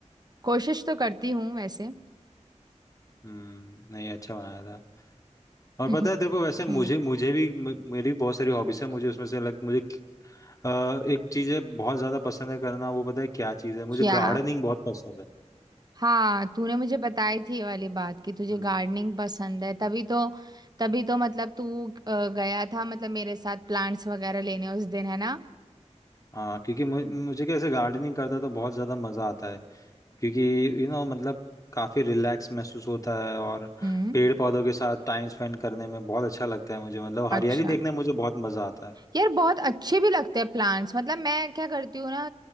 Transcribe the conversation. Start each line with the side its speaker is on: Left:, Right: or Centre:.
Right: कोशिश तो करती हूँ वैसे <laughs>
Left: हम्म नहीं अच्छा बनाया था और
Right: हम्म
Left: पता है देखो वैसे मुझे मुझे भी मे- मेरी भी बहुत सारी हॉबीज है मुझे उसमें से अलग मुझे अ, एक चीज है बहुत ज्यादा पसंद है करना वो पता है क्या चीज है मुझे
Right: क्या
Left: गार्डनिंग बहुत पसंद है
Right: हाँ तूने मुझे बताई थी ये वाली बात कि तुझे
Left: हम्म
Right: गार्डनिंग पसंद है तभी तो तभी तो मतलब तू अ, गया था मतलब मेरे साथ प्लांट्स वगैरह लेने उस दिन है ना
Left: हाँ क्योंकि मुझे, मुझे कैसे गार्डनिंग करता तो बहुत ज्यादा मजा आता है क्योंकि यू नो मतलब काफी रिलैक्स महसूस होता है और
Right: हम्म
Left: पेड़ पौधों के साथ टाइम स्पेंड करने में बहुत अच्छा लगता है मुझे मतलब हरियाली
Right: अच्छा
Left: देखने में मुझे बहुत मजा आता है
Right: यार बहुत अच्छे भी लगते हैं प्लांट्स मतलब मैं क्या करती हूँ ना